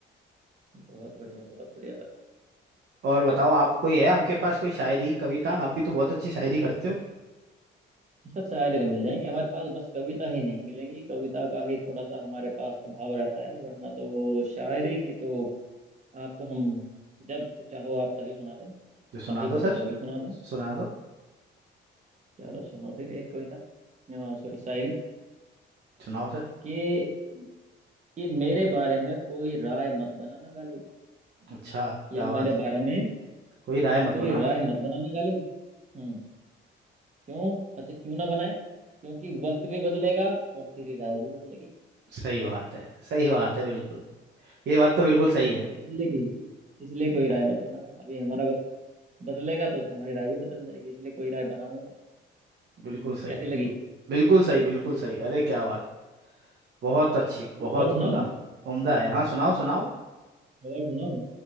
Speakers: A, on the right (about 35°); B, on the right (about 60°).
A: बहुत बढ़िया बहुत बढ़िया
B: और बताओ आप कोई है आपके
A: सर।
B: पास कोई शायरी कविता आप भी तो बहुत अच्छी शायरी करते हो
A: सर शायरी तो मिल जाएंगी हमारे पास बस कविता ही नहीं मिलेंगी कविता का ही थोड़ा सा हमारे पास अभाव रहता है वरना तो शायरी की तो आपको हम जब चाहो आप तभी सुना दें
B: जो सुना
A: अभी कहो
B: दो सर
A: तो अभी सुना दें
B: सुना दो
A: चलो सुनो फिर एक कविता सॉरी शायरी
B: सुनाओ सर
A: कि कि मेरे बारे में कोई राय मत बनाना गालिब
B: अच्छा
A: कि
B: क्या बात
A: मेरे
B: है
A: बारे में
B: कोई राय मत
A: कोई
B: बनाना
A: राय मत बनाना गालिब हम्म क्यों अच्छा क्यों ना बनाए क्योंकि वक्त भी बदलेगा और तेरी राय भी बदलेगी
B: सही बात है सही बात है बिल्कुल ये बात तो बिल्कुल सही है
A: तो इसलिए कोई इसलिए कोई राय मत बनाना अभी हमारा बदलेगा तो तुम्हारी राय भी बदल जाएगी इसलिए कोई राय बनाओ ही मत
B: बिल्कुल सही
A: कैसी
B: बिल्कुल
A: लगी
B: बिल्कुल सही बिल्कुल सही अरे क्या बात बहुत अच्छी बहुत
A: और सुनाओ
B: उम्दा उम्दा है हाँ सुनाओ सुनाओ
A: और सुनाओ